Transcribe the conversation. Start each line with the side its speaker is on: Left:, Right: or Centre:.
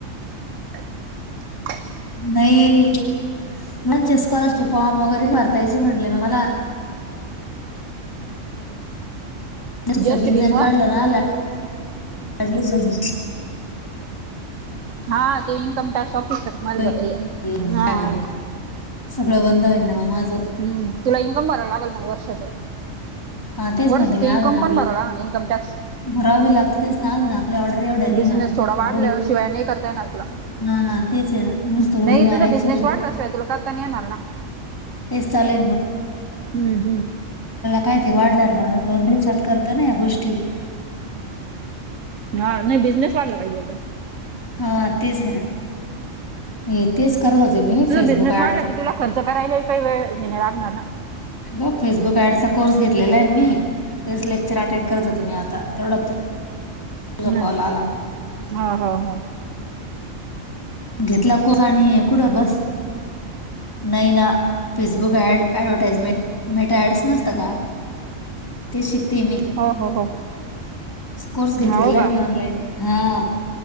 Right: <inaudible>
Left: नही यांचे स्कॉलरचे फॉर्म वगैरे नही भरतायायचे म्हणले म मला. कश्याच
Right: जीएसटी
Left: बिल जर
Right: मुळं
Left: काढलं <unintelligible>
Right: हा ते ईन्कम टॅक्स ऑफिसर माझे
Left: बहीण
Right: बं हे! हा
Left: काय
Right: हा
Left: म्हने सगळं बंद होईन ना मग माझं.
Right: हू तुला इन्कम भराव लागल मग वर्षाचं.
Left: हा तेच
Right: वर्षाचे
Left: म्हणते मी
Right: इन्कम
Left: अजून
Right: पण
Left: आपला
Right: भराव लागण इन्कम टॅक्स.
Left: भरावं बी लागतं तेच ना अजून आपल्या ऑर्डर एवढ्या नाही
Right: बिझनेस
Left: ना
Right: थोडा वाढला
Left: उडी
Right: शिवाय नही करता येणार तुला.
Left: ना तेच आहे ना नुसतं
Right: नही
Left: उडी मारायची
Right: तुझा बिझनेस वाढला शिवाय तुला करता नही येणार ना!
Left: तेच चालूय न मं!
Right: हू हू!
Left: काय ते वाढल्यार माणूस दोन दिवसात करत ना या गोष्टी.
Right: हा नाही बिझनेस वाढला पाहिजे एकदा.
Left: हं तेच हे ना! हे तेच करत होते मी
Right: तुझा
Left: फेसबुक
Right: बिझनेस वाढला
Left: ऍडच.
Right: की तुला खर्च करायला काही वेळ हे नाही लागणार ना
Left: अग फेसबुक ऍडचा कोर्स घेतलेला आहे न मी, तेच लेक्चर अटेंड करत होते मी आता तेवढ्यातं तू झा
Right: हम
Left: कॉल आला!
Right: हा हा हा...
Left: घेतला कोण आणि कुठं बस नाही ना फेसबुक ऍड ऍडव्हटाइजमेंट मेट ऍड्स नसत का?
Right: <unintelligible>
Left: ते शिकतिये मी,
Right: हो हो हो
Left: कोर्स घेतलेला
Right: हो का
Left: आहे मी ऑनलाईन. हा